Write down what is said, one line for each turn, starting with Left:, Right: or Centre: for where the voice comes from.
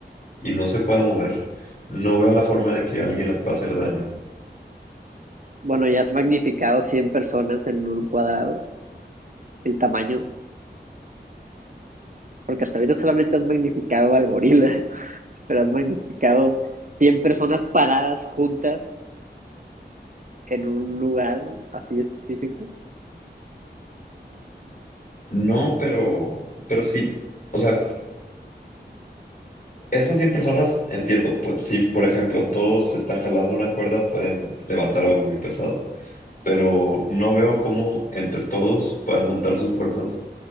Left: y no se pueda mover, no veo la forma de que alguien le pueda hacer daño.
Right: Bueno, ya has magnificado 100 personas en un cuadrado, el tamaño. porque hasta ahorita solamente has magnificado al gorila, <laughs> pero has magnificado 100 personas paradas juntas en un lugar así específico.
Left: No, pero, pero sí, o sea, esas 100 personas entiendo, pues si por ejemplo todos están jalando una cuerda, pueden levantar algo muy pesado. pero no veo cómo entre todos puedan juntar sus fuerzas